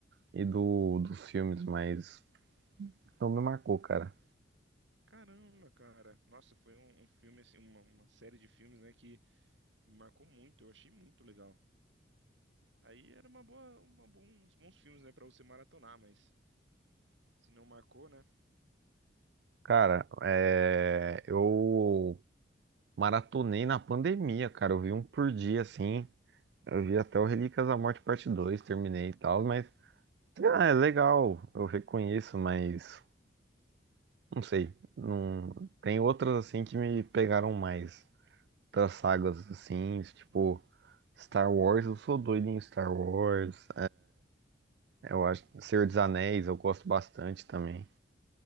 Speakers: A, on the right; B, on the right.
A: e do, dos filmes, mas não me marcou, cara.
B: Caramba, cara. Nossa, foi um, um filme, assim, uma, uma série de filmes, né, que me marcou muito, eu achei muito legal. Aí era uma boa, uma bons, bons filmes, né, pra você maratonar, mas se não marcou, né?
A: Cara, é, eu maratonei na pandemia, cara. Eu vi um por dia, assim. Eu vi até o Relíquias da Morte Parte dois terminei e tal, mas ah, é legal, eu reconheço, mas Não sei. Não... Tem outras assim que me pegaram mais. Outras
B: Entendo.
A: sagas assim, tipo Star Wars, eu sou doido em Star Wars. Eu acho Senhor dos Anéis, eu gosto bastante também.